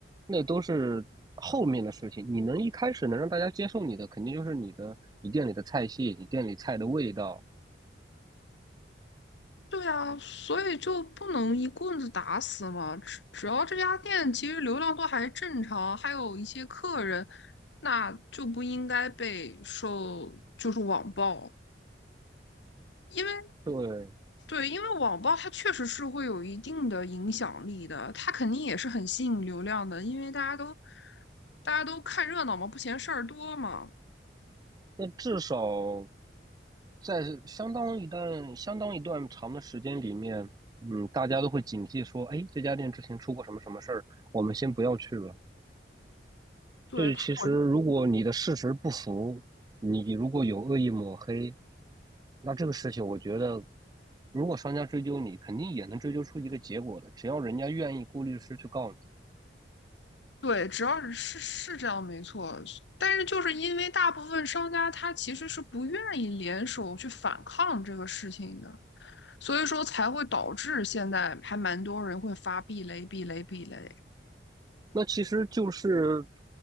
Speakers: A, on the right; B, on the left.
A: 那都是后面的事情。你能一开始能让大家接受你的，肯定就是你的你店里的菜系，你店里菜的味道。
B: 对啊，所以就不能一棍子打死嘛，只只要这家店其实流量都还正常，还有一些客人，那就不应该被受就是网暴。因为。
A: 对，
B: 对，因为网暴它确实是会有一定的影响力的，它肯定也是很吸引流量的，因为大家都大家都看热闹嘛，不嫌事儿多嘛。
A: 那至少在相当一段、相当一段长的时间里面，嗯，大家都会警惕说，哎，这家店之前出过什么什么事儿，我们先不要去了。
B: 对，
A: 对，
B: 它我就
A: 其实如果你的事实不符，你如果有恶意抹黑，那这个事情我觉得，如果商家追究你，肯定也能追究出一个结果的，只要人家愿意雇律师去告你。
B: 对，只要是是是这样没错，但是就是因为大部分商家他其实是不愿意联手去反抗这个事情的，所以说才会导致现在还蛮多人会发避雷、避雷、避雷。
A: 那其实就是，